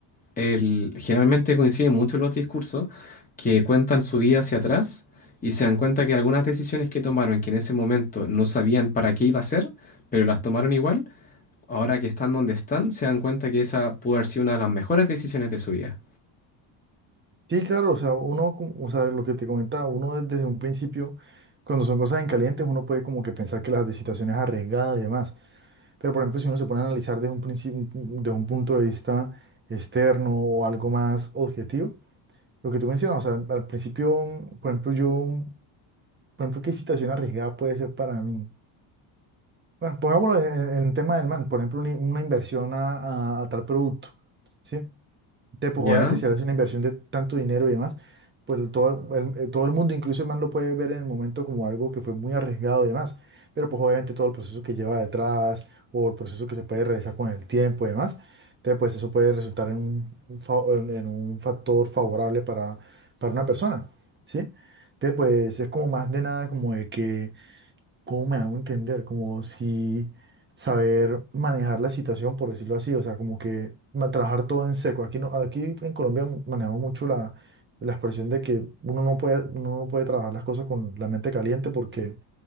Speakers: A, on the left (about 20°); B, on the right (about 25°).
A: el- generalmente coinciden mucho los discursos que cuentan su vida hacia atrás y se dan cuenta que algunas decisiones que tomaron, que en ese momento no sabían para qué iba a ser, pero las tomaron igual, ahora que están donde están, se dan cuenta que esa pudo haber sido una de las mejores decisiones de su vida.
B: Sí, claro, o sea, uno, cu- o sea, lo que te comentaba, uno desde un principio, cuando son cosas en caliente, uno puede como que pensar que las de situación es arriesgada y demás. Pero, por ejemplo, si uno se pone a analizar desde un principio, desde un punto de vista externo o algo más objetivo, lo que tú mencionas, o sea, al, al principio, mm, por ejemplo, yo, mm, por ejemplo, ¿qué situación arriesgada puede ser para mí? Bueno, pongámoslo en, en el tema del man, por ejemplo, una, una inversión a, a- a tal producto, ¿sí? Entonces, pues
A: ¿Ya?
B: obviamente si haces una inversión de tanto dinero y demás, pues todo el, eh, todo el mundo, incluso el man lo puede ver en el momento como algo que fue muy arriesgado y demás, pero pues obviamente todo el proceso que lleva detrás o el proceso que se puede realizar con el tiempo y demás, entonces pues eso puede resultar en un, un fa- en, en un factor favorable para, para una persona, ¿sí? Entonces pues es como más de nada como de que ¿Cómo me hago entender? Como si saber manejar la situación, por decirlo así, o sea, como que ma- trabajar todo en seco. Aquí, no, aquí en Colombia manejamos mucho la, la expresión de que uno no puede, uno no puede trabajar las cosas con la mente caliente porque,